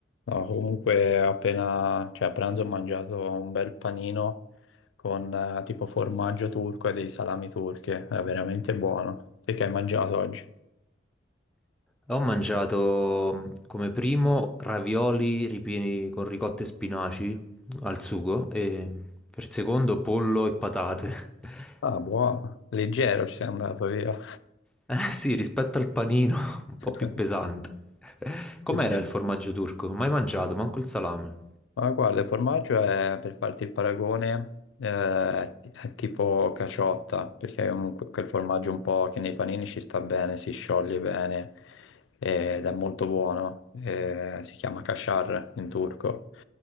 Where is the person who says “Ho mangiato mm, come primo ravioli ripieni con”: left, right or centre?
Centre